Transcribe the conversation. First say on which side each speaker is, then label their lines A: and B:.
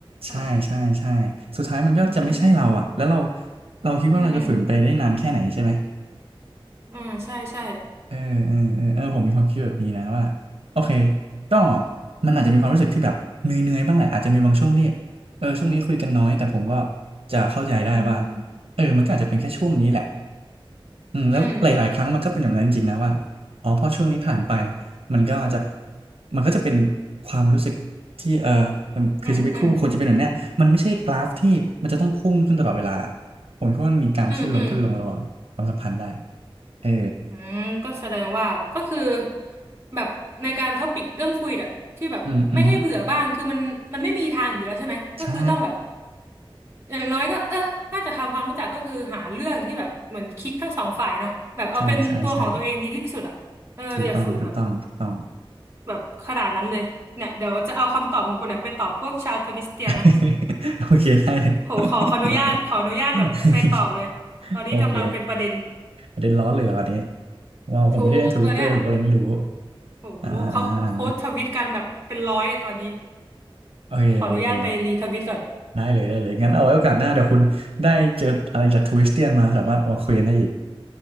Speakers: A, on the right (about 30°); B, on the right (about 80°).
A: ถ้าแบบเนี้ย
B: ใช่ใช่ใช่สุดท้ายมันก็จะไม่ใช่เราอ่ะแล้วเรา
A: อืม
B: เราคิดว่าเราจะฝืนไปได้นานแค่ไหนใช่ไหม
A: อืมอืมอืมใช่ใช่
B: เออเออเออเออผมมีความคิดแบบนี้นะว่าโอเคก็มันอาจจะมีความรู้สึกที่แบบเหนื่อยๆบ้างแหละอาจจะมีบางช่วงที่เออช่วงนี้คุยกันน้อยแต่ผมก็จะเข้าใจได้ว่า
A: อืม
B: เออมันก็อาจจะเป็นแค่ช่วงนี้แหละ อืมแล้วหลายๆครั้งมันก็เป็นแบบนั้นจริงๆนะว่า
A: อืม
B: อ๋อพอช่วงนี้ผ่านไปมันก็จะมันก็จะเป็นความรู้สึกที่เออมันคือชีวิตคู่มันควรจะเป็นแบบเนี้ยมันไม่ใช่กราฟที่มันจะต้องพุ่งขึ้นตลอดเวลา
A: อืมอืม
B: ผมคิดว่ามันมีการขึ้นลงขึ้นลงระหว่างความสัมพันธ์ได้
A: อืมอืม
B: เออ
A: อืมก็แสดงว่าก็คือแบบในการท็อปิกเรื่องคุยแบบที่แบบไม่ให้เบื่อบ้างคือมันมันไม่มีทางอยู่แล้วใช่ไหมก็คือต้องแบบ
B: อืมอืมฮึใช่
A: อย่างน้อยก็เออถ้าจะทำความรู้จักก็คือหาเรื่องที่แบบเหมือนคลิกทั้งสองฝ่ายเนาะแบบเอาเป็นตัวของตัวเองดีที่สุดอ่ะเอออย่าฝืนแบบ
B: ใช่ใช่ใช่ถูกต้องถูกต้องถูกต้อง
A: แบบขนาดนั้นเลยเนี่ยเดี๋ยวจะเอาคำตอบของคุณเนี่ยไปตอบพวกชาวทวิสเตียนนะ
B: <laughs> โอเคได้เลย <laughs>
A: โหขอขออนุญาตขออนุญาตแบบไปตอบเลยตอนนี้กำลังเป็นประเด็น
B: โอเคประเด็นร้อนเลยเหรออันนี้ว้าวผมไม่ได้เล่นทวิตด้วยผมก็เลยไม่รู้
A: ถูกเลยเนี่ย โหเขาโค้ชทวิตกันแบบเป็นร้อยตอนนี้
B: อ่าอ่าอ่าโอเคโอเค
A: ขออนุญาตไปรีทวิตก่อน
B: ได้เลยได้เลยงั้นเอาไว้โอกาสหน้าเดี๋ยวคุณได้เจออะไรจากทวิสเตียนมาสามารถเอามาคุยกันได้อีก